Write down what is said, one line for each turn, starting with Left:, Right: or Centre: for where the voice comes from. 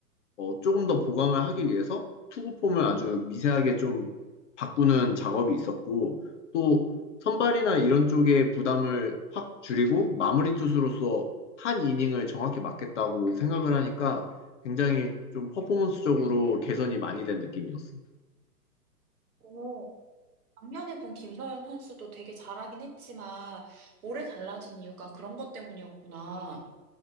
Left: 어, 조금 더 보강을 하기 위해서 투구폼을 아주 미세하게 좀 바꾸는 작업이 있었고 또 선발이나 이런 쪽에 부담을 확 줄이고 마무리 투수로서 한 이닝을 정확히 맞겠다고 생각을 하니까 굉장히 좀 퍼포먼스적으로 개선이 많이 된 느낌이었어.
Right: 오, 작년에 본 김서현 선수도 되게 잘하긴 했지만 올해 달라진 이유가 그런 것 때문이었구나.